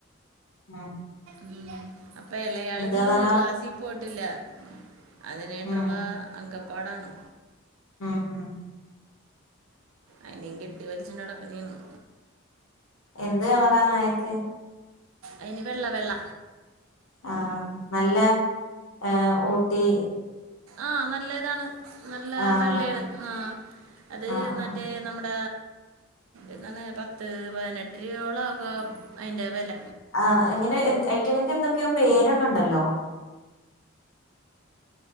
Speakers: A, on the left (about 85°); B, on the right (about 80°).
A: ആഹ്
B: മ് അപ്പ എളയാള് ഇന്ന്
A: കളറാ
B: ക്ലാസീ പോയിട്ടില്ല. അതിനായിട്ടുള്ള
A: ഉം
B: അങ്കപ്പാടാണ്.
A: മ്
B: അയിനേം കെട്ടി വലിച്ചോണ്ട് നടക്കണേ ആണ്.
A: എന്ത് കളറാ നായക്ക്?
B: അയിന് വെള്ള വെള്ള.
A: ആഹ് നല്ല ഏഹ് ഒട്ടി
B: ആഹ് നല്ല ഇതാണ്, നല്ല
A: ആഹ്
B: വെള്ളയാണ് ആഹ് അത്
A: ആഹ്
B: മറ്റേ
A: ആഹ്
B: നമ്മട എന്താണ് പത്ത് പതിനെട്ട് രൂപയോളം ആകു ആ അയിന്റെ വെല.
A: ആഹ് എങ്ങനെ <unintelligible> എന്തൊക്കെയോ പേരൊക്കെണ്ടല്ലോ.